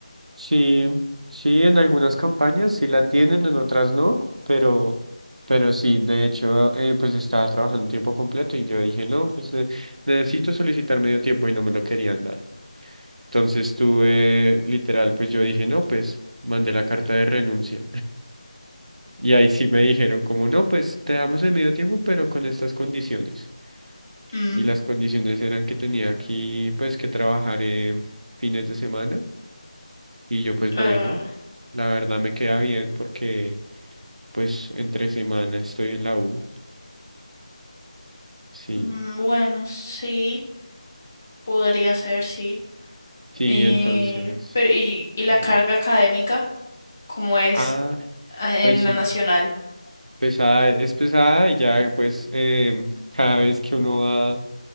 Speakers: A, on the right; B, on the left.
A: Sí, sí, en algunas campañas sí la tienen, en otras no, pero, pero sí, de hecho, eh, pues estaba trabajando tiempo completo y yo dije, no, pues ne- necesito solicitar medio tiempo y no me lo querían dar. Entonces tuve, literal, pues yo dije, no, pues mandé la carta de renuncia. Y ahí sí me dijeron como, no, pues te damos el medio tiempo, pero con estas condiciones.
B: Mm,
A: Y las condiciones eran que tenía aquí, pues, que trabajar eh, fines de semana. Y yo, pues, bueno,
B: eh,
A: la verdad me queda bien porque, pues, entre semana estoy en la U. Sí,
B: mm, bueno, sí, podría ser, sí.
A: sí,
B: Eh,
A: entonces,
B: pero, ¿y, y la carga
A: bueno.
B: académica? ¿Cómo es
A: Ah,
B: ah, en
A: pues sí.
B: la nacional?
A: pesada, es pesada y ya pues em, cada vez que uno va